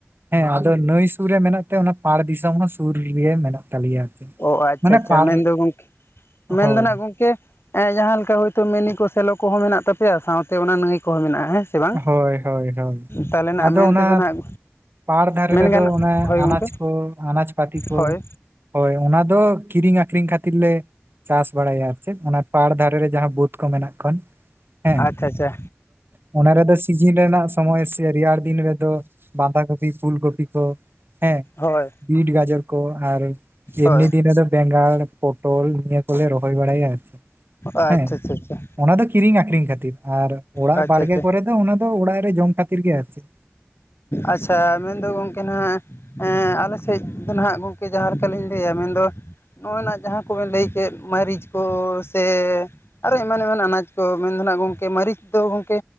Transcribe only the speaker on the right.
ᱦᱮᱸ ᱟᱫᱚ ᱱᱟᱹᱭ ᱥᱩᱨ ᱨᱮ ᱢᱮᱱᱟᱜ ᱛᱮ ᱚᱱᱟ ᱯᱟᱲ ᱫᱤᱥᱚᱢ ᱦᱚᱸ ᱥᱩᱨ ᱨᱮ ᱢᱮᱱᱟᱜ ᱛᱟᱞᱮᱭᱟ᱾ ᱪᱮᱫ
ᱢᱟᱱᱮ
ᱯᱟᱲ
ᱦᱳᱭ
ᱦᱳᱭ ᱦᱳᱭ ᱦᱳᱭ
ᱟᱫᱚ
ᱚᱱᱟ
ᱯᱟᱲ ᱫᱷᱟᱨᱮ
ᱨᱮᱫᱚ
ᱚᱱᱮ
ᱟᱱᱟᱡᱽ
ᱠᱚ ᱟᱱᱟᱡᱽ ᱯᱟᱟᱹᱛᱤ ᱠᱚ
ᱦᱳᱭ ᱚᱱᱟ ᱫᱚ ᱠᱤᱨᱤᱧ ᱟᱠᱷᱨᱤᱧ ᱠᱷᱟᱹᱛᱤᱨ ᱞᱮ ᱪᱟᱥ ᱵᱟᱲᱟᱭᱟ ᱟᱨ ᱪᱮᱫ ᱚᱱᱟ ᱯᱟᱲ ᱫᱷᱟᱨᱮ ᱨᱮ ᱡᱟᱦᱟᱸ ᱵᱩᱫᱽ ᱠᱚ ᱢᱮᱱᱟᱜ ᱠᱚ ᱦᱮᱸ᱾
ᱚᱱᱟ ᱨᱮᱫᱚ ᱥᱤᱡᱤᱱ ᱨᱮᱱᱟᱜ ᱥᱚᱢᱚᱭ ᱥᱮ ᱨᱮᱭᱟᱲ ᱫᱤᱱ ᱨᱮᱫᱚ ᱵᱟᱸᱫᱷᱟ ᱠᱚᱯᱤ ᱯᱷᱩᱞ ᱠᱚᱯᱤ ᱠᱚ ᱦᱮᱸ
ᱵᱤᱴ ᱜᱟᱡᱚᱨ ᱠᱚ ᱟᱨ
ᱮᱢᱱᱤ ᱫᱤᱱ ᱨᱮᱫᱚ ᱵᱮᱸᱜᱟᱲ ᱯᱚᱴᱚᱞ ᱱᱤᱭᱟᱹ ᱠᱚᱜᱮ ᱨᱚᱦᱚᱭ ᱵᱟᱲᱟᱭᱟ᱾
ᱦᱮᱸ
ᱚᱱᱟ ᱫᱚ ᱠᱤᱨᱤᱧ ᱟᱠᱷᱨᱤᱧ ᱠᱷᱟᱛᱤᱨ ᱟᱨ ᱚᱲᱟᱜ
ᱵᱟᱲᱜᱮ
ᱠᱚᱨᱮ ᱫᱚ ᱚᱱᱟ ᱫᱚ ᱚᱲᱟᱜ ᱨᱮ ᱡᱚᱢ ᱠᱷᱟᱹᱛᱤᱨ ᱜᱮ ᱟᱨᱪᱮᱫ᱾